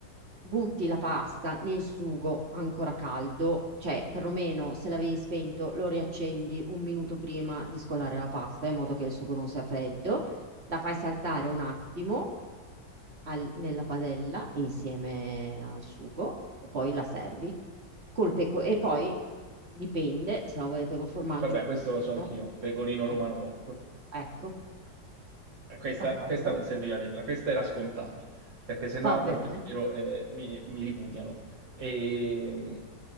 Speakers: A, on the right; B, on the right.
A: butti la pasta nel sugo ancora caldo, cioè perlomeno se l'avevi spento lo riaccendi un minuto prima di scolare la pasta in modo che il sugo non sia freddo, la fai saltare un attimo al- nella padella insieme al sugo e poi la servi col peco e poi dipende se la volete col formaggio,
B: Vabbè,
A: pecorino,
B: questo lo so anch'io, pecorino
A: eh,
B: romano DOP.
A: ecco,
B: Eh, Questa,
A: d'accordo,
B: questa non serviva a dirla, questa era scontata, perché sennò
A: va bene.
B: davvero eh, mi, mi ripudiano. E,